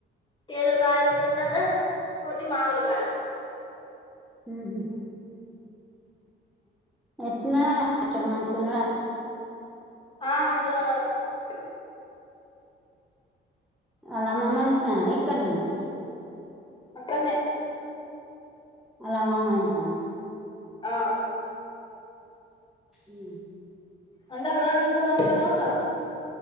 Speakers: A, on the left; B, in the centre.
A: తేదోకాయలు కొన్ని అట కొన్ని మామూలు కాయలు
B: ఊహూ <inaudible> మంచిగున్నడటనా
A: ఆ మంచిగనే ఉన్నడట క
B: ఆళ్ళమ్మమ్మని కానడా ఇక్కన్నున్నట్నా
A: అక్కన్నే
B: ఆళ్ళ అమ్మమ్మోళ్ళ ఇంటి కాన్నా
A: ఆ
B: ఊ
A: అండాల్నా అన్నం కూర అండాలా ఉన్నరా